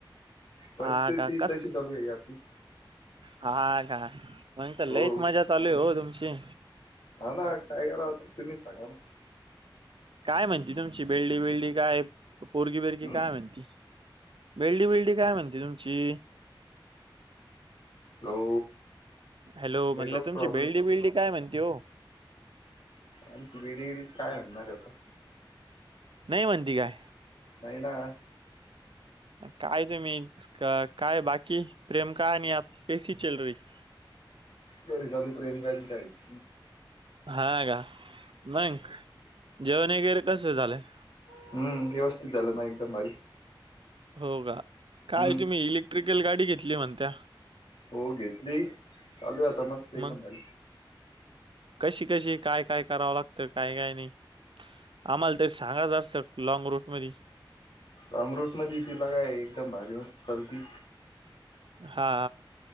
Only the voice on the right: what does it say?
हा का कस
हा का पण तर
लईच मजा चालूय हो तुमची
काय म्हणती तुमची बेल्डी बिल्डी काय पोरगी बिरगी
काय म्हणती बेल्डी बिल्डी काय म्हणती तुमची
हॅलो
म्हणलं तुमची
बेल्डी बिल्डी काय म्हणते हो
नाही म्हनती काय?
काय तुम्ही काय बाकी प्रेम काहानी कैशी चल रही हे
हा का मंग जेवणवगैर कस झालंय.
हो का काल
तुम्ही इलेक्ट्रिकल गाडी घेतली म्हणत्या
मग
कशी कशी काय काय करावं लागतं काय काय नाही. आम्हाला तर सांगा जरासं लॉंग रूट म
हा.